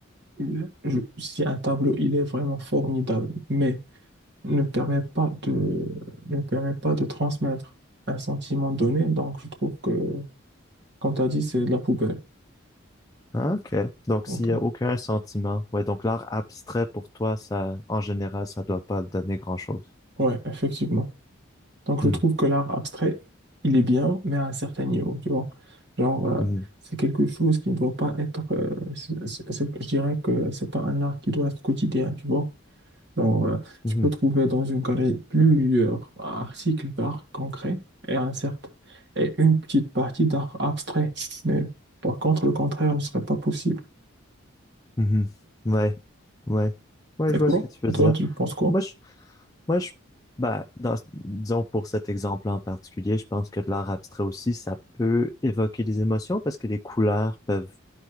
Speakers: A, on the right; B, on the left.
A: il- je- si un tableau, il est vraiment formidable, mais ne permet pas de, ne permet pas de transmettre un sentiment donné, donc je trouve que, comme tu as dit, c'est de la poubelle.
B: Ah, ok. Donc,
A: Donc,
B: s'il y
A: euh,
B: a aucun sentiment, ouais, donc l'art abstrait pour toi, ça, en général, ça doit pas donner grand-chose.
A: ouais, effectivement. Donc
B: Hmm,
A: je trouve que l'art abstrait, il est bien, mais à un certain niveau, tu vois. Genre, euh,
B: mhm,
A: c'est quelque chose qui ne doit pas être, euh, c'est- c'est- c'est- je dirais que c'est pas un art qui doit être quotidien, tu vois. Genre, euh,
B: mhm.
A: tu peux trouver dans une galerie plusieurs articles d'art concret et un certain, et une petite partie d'art abstrait. Mais par contre, le contraire ne serait pas possible.
B: Mhm. Ouais, ouais, ouais,
A: Et
B: je
A: toi?
B: vois ce que tu veux
A: Et toi,
B: dire.
A: tu penses quoi?
B: Moi, je, moi, je, bah, dans, disons pour cet exemple en particulier, je pense que de l'art abstrait aussi, ça peut évoquer des émotions parce que les couleurs peuvent